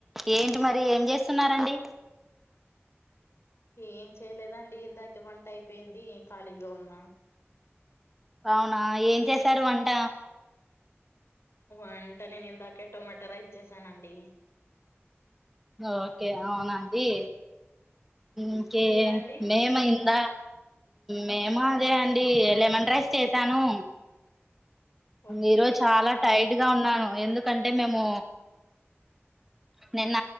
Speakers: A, in the centre; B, on the left.
A: ఏంటి మరి ఏం చేస్తున్నండి
B: ఏం చేయలేదండి ఇందాక వంట అయిపోయింది ఖాళీగా ఉన్నా
A: అవునా ఏం చేసారు వంట
B: అంట నేను ఇందాకే టొమాటా రైస్ చేశానండి
A: ఓకే అవునండి ఇంకే
B: మీరండి
A: మేమైంద? మేం అదే అండి లెమన్ రైస్ చేసాను.
B: ఓకే
A: ఈరోజు చాలా టైడ్ గా ఉన్నాను, ఎందుకంటే మేము. నిన్న